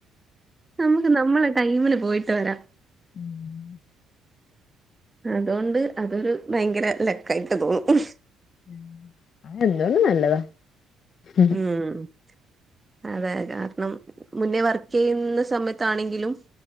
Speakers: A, on the right; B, on the left.
A: നമുക്ക് നമ്മളെ ടൈമില് പോയിട്ട് വരാം
B: <inaudible>
A: അതോണ്ട് അതൊരു ഭയങ്കര ലക്കായിട്ട് തോന്നും
B: ഉം അത് എന്തോണ്ടും നല്ലതാ ഉം
A: ഉം അതെ അതാ കാരണം മുന്നേ വർക്ക് ചെയ്യുന്ന സമയത്താണെങ്കിലും